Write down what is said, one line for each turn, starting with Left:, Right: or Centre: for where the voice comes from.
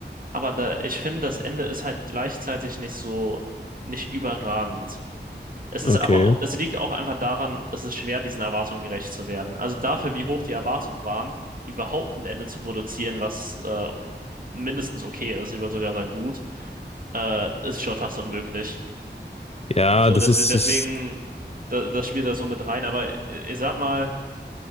Right: Aber da, ich finde, das Ende ist halt gleichzeitig nicht so, nicht überragend. Es ist
Left: Okay.
Right: aber auch, es liegt auch einfach daran, es ist schwer, diesen Erwartungen gerecht zu werden. Also dafür, wie hoch die Erwartungen waren, überhaupt ein Ende zu produzieren, was äh, mindestens okay ist, ich würde sogar sagen gut, äh, ist schon fast unmöglich.
Left: Ja,
Right: So,
Left: das
Right: des,
Left: ist,
Right: deswegen,
Left: das,
Right: da, das spielt da so mit rein. Aber äh, ich sag mal,